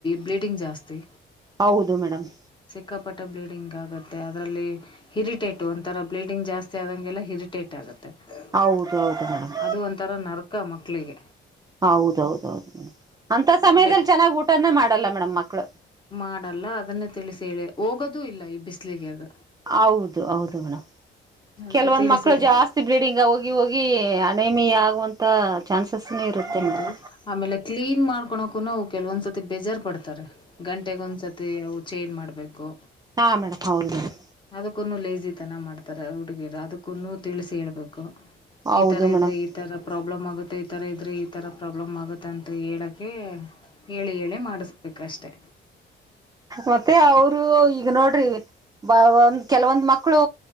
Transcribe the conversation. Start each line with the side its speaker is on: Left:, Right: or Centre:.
Left: ಬ್ಲೀಡಿಂಗ್ ಜಾಸ್ತಿ
Right: ಹೌದು ಮೇಡಮ್.
Left: ಸಿಕ್ಕಾಪಟ್ಟೆ ಬ್ಲೀಡಿಂಗ್ ಆಗುತ್ತೆ ಅದರಲ್ಲಿ ಹಿರಿಟೇಟು ಒಂಥರ ಬ್ಲೀಡಿಂಗ್ ಜಾಸ್ತಿ ಆದಂಗೆಲ್ಲ ಹಿರಿಟೇಟ್ ಆಗುತ್ತೆ. <unintelligible>
Right: ಹೌದು ಹೌದು ಮೇಡಮ್
Left: ಅದು ಒಂಥರ ನರ್ಕ ಮಕ್ಳಿಗೆ.
Right: ಹೌದೌದೌದು ಮೇಡಮ್ ಅಂತ ಸಮಯದಲ್ಲಿ
Left: ಬೆ
Right: ಚೆನ್ನಾಗ್ ಊಟನೆ ಮಾಡಲ್ಲ ಮೇಡಮ್ ಮಕ್ಳು.
Left: ಮಾಡಲ್ಲ ಅದನ್ನ ತಿಳಿಸಿ ಹೇಳೆ ಹೋಗದೂ ಇಲ್ಲ ಈ ಬಿಸಲಿಗೆ ಅದ
Right: ಹೌದು ಹೌದು ಮೇಡಮ್
Left: ಅದಕ್ಕೆ
Right: ಕೆಲವೊಂದ್
Left: ತಿಳಿಸಿ
Right: ಮಕ್ಕಳು
Left: ಹೇಳಿ
Right: ಜಾಸ್ತಿ ಬ್ಲೀಡಿಂಗ್ ಹೋಗಿ ಹೋಗಿ ಅನೇಮಿಯಾ ಆಗುವಂಥ ಚಾನ್ಸಸ್ನೂ ಇರುತ್ತೆ ಮೇಡಮ್.
Left: ಇದು ಆಮೇಲೆ ಕ್ಲೀನ್ ಮಾಡ್ಕೊಳಕು ಅವು ಕೆಲವೊಂದ್ಸತಿ ಬೇಜಾರ್ ಪಡ್ತಾರೆ. ಗಂಟೆಗ ಒಂದ್ಸತಿ ಅವು ಚೈಜ್ ಮಾಡ್ಬೇಕು
Right: ಹಾ ಮೇಡಮ್ ಹೌದು ಮೇಡಂ
Left: ಅದಕ್ಕೂನ್ನ ಲೇಸಿತನ ಮಾಡ್ತಾರೆ ಹುಡುಗಿಯರು ಅದಕ್ಕೂನ್ನ ತಿಳಿಸಿ ಹೇಳ್ಬೇಕು
Right: ಹೌದು
Left: ಈ ತರ ಇದ್ರೆ
Right: ಮೇಡಮ್
Left: ಈ ತರ ಪ್ರಾಬ್ಲಮ್ ಆಗುತ್ತೆ ಮತ್ತು ಈ ಥರ ಇದ್ದರೆ ಈ ಥರ ಪ್ರಾಬ್ಲಮ್ ಆಗುತ್ತೆ ಅಂತ ಹೇಳೋಕ್ಕೆ ಹೇಳಿ ಹೇಳಿ ಮಾಡಿಸ್ಬೇಕಷ್ಟೆ
Right: ಮತ್ತೆ ಅವರು ಈಗ ನೋಡ್ರಿ ಬ ಒಂದ್ ಕೆಲವೊಂದ್ ಮಕ್ಕಳು